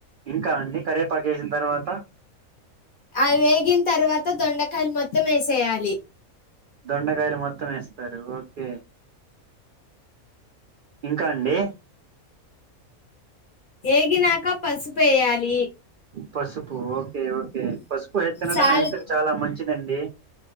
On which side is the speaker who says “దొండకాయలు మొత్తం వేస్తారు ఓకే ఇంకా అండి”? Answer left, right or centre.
Right